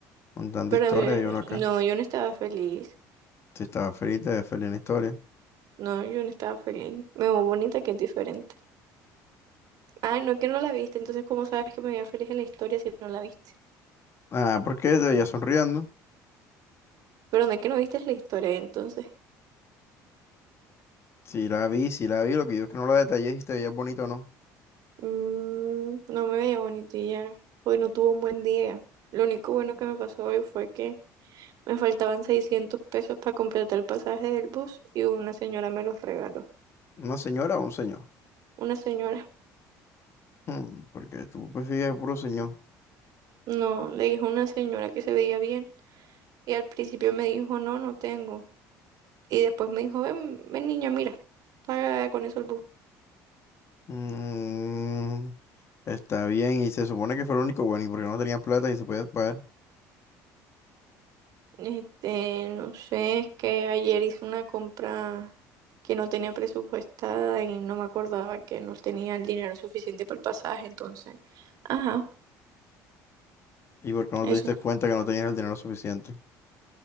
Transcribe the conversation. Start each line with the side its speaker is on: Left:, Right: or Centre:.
Left: contando
Right: Pero
Left: historia
Right: a mí-
Left: y uno acá.
Right: no, yo no estaba feliz.
Left: Si estaba feliz, te ves feliz en la historia.
Right: No, yo no estaba feliz. Me veo bonita que es diferente. Ay, no, que no la viste. Entonces, ¿cómo sabes que me veía feliz en la historia si no la viste?
Left: Ah, porque te veía sonriendo.
Right: Pero no es que no viste la historia entonces.
Left: Si la vi, si la vi, lo que yo es que no la detallé si te veías bonito o no.
Right: Mm, no me veía bonito y ya. Hoy no tuve un buen día. Lo único bueno que me pasó hoy fue que me faltaban 600 pesos para completar el pasaje del bus y una señora me los regaló.
Left: ¿Una señora o un señor?
Right: Una señora.
Left: Mm, porque tú prefieres puro señor.
Right: No, le dijo una señora que se veía bien y al principio me dijo no, no tengo. Y después me dijo, ven, ven niña, mira, paga con eso el bus.
Left: Mm, Está bien, y se supone que fue el único bueno, y porque no tenían plata y se podía pagar,
Right: Este, no sé, es que ayer hice una compra que no tenía presupuestada y no me acordaba que no tenía el dinero suficiente para el pasaje, entonces, ajá,
Left: y porque no
Right: eso.
Left: te diste cuenta que no tenías el dinero suficiente.